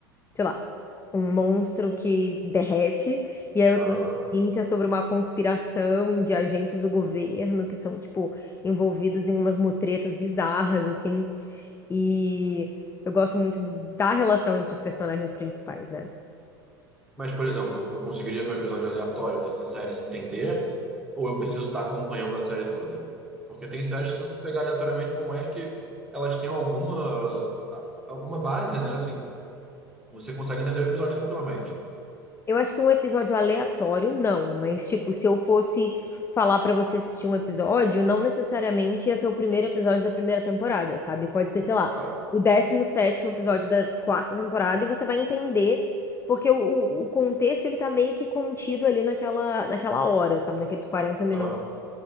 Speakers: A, on the left (about 20°); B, in the centre.
A: sei lá, um monstro que derrete. E aí o episódio
B: aham.
A: seguinte é sobre uma conspiração de agentes do governo que são, tipo, envolvidos em umas mutretas bizarras, assim. E eu gosto muito do- da relação entre os personagens principais, né?
B: Mas, por exemplo, eu conseguiria ver um episódio aleatório dessa série e entender, ou eu preciso estar acompanhando a série toda? Porque tem séries que se você pegar aleatoriamente, por mais que elas tenham alguma, a- alguma base, né? Assim, você consegue entender o episódio tranquilamente.
A: Eu acho que um episódio aleatório, não, mas tipo, se eu fosse falar pra você assistir um episódio, não necessariamente ia ser o primeiro episódio da primeira temporada, sabe? Pode ser, sei lá,
B: Ah,
A: o décimo sétimo episódio da quarta temporada e você vai entender, porque o, o o contexto ele tá meio que contido ali naquela, naquela hora, sabe? Naqueles quarenta minutos
B: aham,